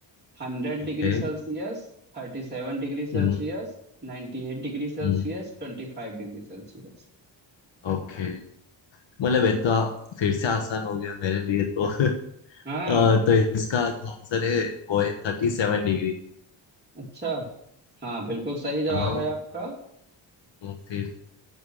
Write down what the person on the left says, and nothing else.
ओके
हम्म,
हम्म,
ओके मतलब ये तो फिर से आसान हो गया मेरे लिए तो <laughs>
अ, तो इसका जो आंसर है वो है थर्टी सेवन डिग्री
हाँ
तो फिर